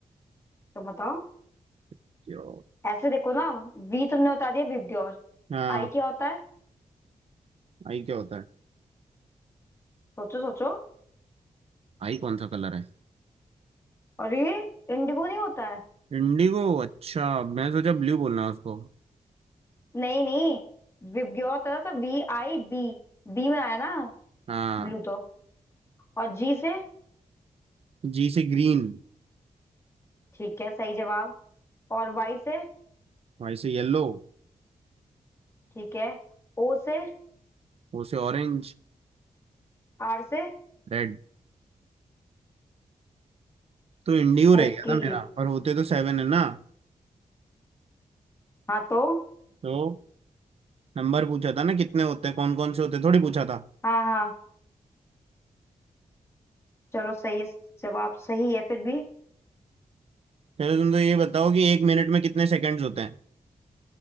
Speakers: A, on the left (about 20°); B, on the right (about 50°).
A: तो बताओ
B: क्या
A: ऐसे देखो ना वी तुमने बता दिया विवग्योर
B: हाँ
A: आई क्या होता है
B: आई क्या होता है
A: सोचो सोचो
B: आई कौन सा कलर है
A: और ये इंडिगो नहीं होता है
B: इंडिगो अच्छा मैं सोचा ब्लू बोलना है उसको
A: नहीं नहीं विवग्योर होता है ना तो वी आई बी बी में आया ना
B: हाँ
A: ब्लू तो और जी से
B: जी से ग्रीन
A: ठीक है सही जवाब और वाई से
B: वाई से येलो
A: ठीक है ओ से
B: ओ से ऑरेंज
A: आर से
B: रेड तो इंडिगो रह
A: ओके
B: गया था मेरा पर होते तो सेवन है ना
A: हाँ तो
B: तो नंबर पूछा था ना कितने होते हैं कौन कौन से होते हैं थोड़ी पूछा था
A: हाँ हाँ चलो सही है जवाब सही है फिर भी
B: चलो तुम तो ये बताओ कि एक मिनट में कितने सेकंड्स होते हैं